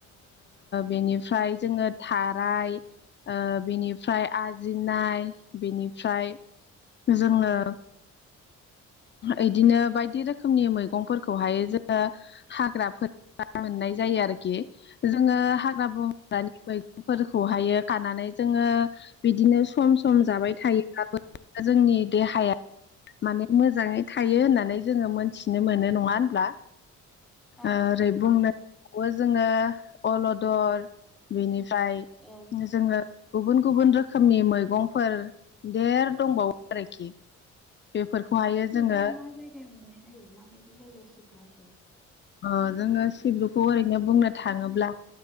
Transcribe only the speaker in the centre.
औ <inaudible>
औ
औ
औ सिब्रुखौ
मा जायगायाव मोननाय जायो माबायदि जायगायाव सिब्रुआ थायो